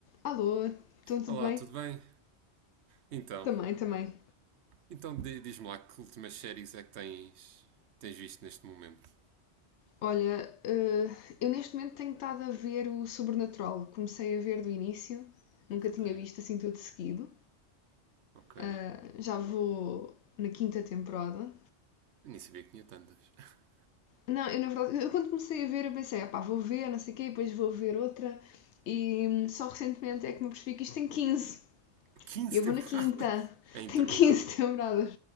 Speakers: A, on the left; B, on the right.
A: Alô, então tudo
B: Olá,
A: bem?
B: tudo bem? Então,
A: Também, também.
B: então di- diz-me lá que últimas séries é que tens, tens visto neste momento?
A: Olha, eh, eu neste momento tenho estado a ver o Sobrenatural. Comecei a ver do início, nunca
B: Ok,
A: tinha visto assim tudo seguido.
B: ok.
A: Ah, já vou na quinta temporada.
B: Nem sabia que tinha tantas. <laughs>
A: Não, eu na verdade, eu quando comecei a ver, eu pensei, ah pá, vou ver, não sei o quê, depois vou ver outra. E hum, só recentemente é que me percebi que isto tem 15.
B: Quinze
A: E eu
B: temporadas?
A: vou na quinta. <laughs>
B: É interminável.
A: Tem 15 temporadas.